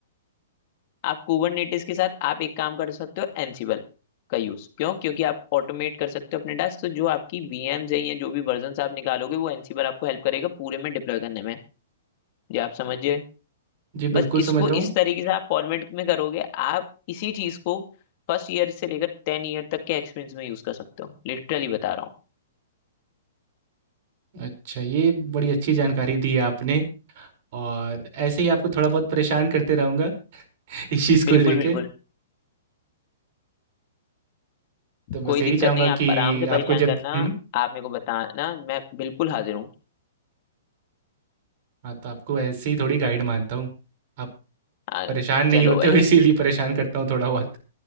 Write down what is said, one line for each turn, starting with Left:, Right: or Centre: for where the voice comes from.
Left: आप कुबरनेटिस के साथ आप एक काम कर सकते हो एनसिबल का यूज क्यों क्योंकि आप ऑटोमेट कर सकते हो अपने टास्क तो जो आपकी VMs है या जो भी वर्जन आप निकालोगे वो एनसिबल आपको हेल्प करेगा पूरे में डिप्लॉय करने में ये आप समझिए
Right: जी, बिल्कुल
Left: बस
Right: समझ
Left: इसको
Right: रहा हूँ।
Left: इस तरीके से आप फॉर्मेट में करोगे आप इसी चीज को फर्स्ट ईयर से लेकर टेन ईयर तक के एक्सपीरियंस में यूज कर सकते हो लिटरली बता रहा हूँ
Right: अच्छा ये बड़ी अच्छी जानकारी दी है आपने और ऐसे ही आपको थोड़ा बहुत परेशान करते रहूँगा <laughs> इस चीज़ को
Left: बिल्कुल
Right: लेके
Left: बिल्कुल
Right: तो बस
Left: कोई
Right: यही
Left: दिक्कत
Right: चाहूँगा
Left: नहीं आप
Right: कि
Left: आराम से
Right: आपको
Left: परेशान
Right: जब
Left: करना
Right: हम्म
Left: आप मेरे को बताना मैं बिल्कुल हाजिर हूँ
Right: हाँ तो आपको ऐसे ही थोड़ी गाइड मानता हूँ आप
Left: आ,
Right: परेशान नहीं
Left: चलो
Right: होते
Left: भाई
Right: हो इसीलिए परेशान करता हूँ थोड़ा बहुत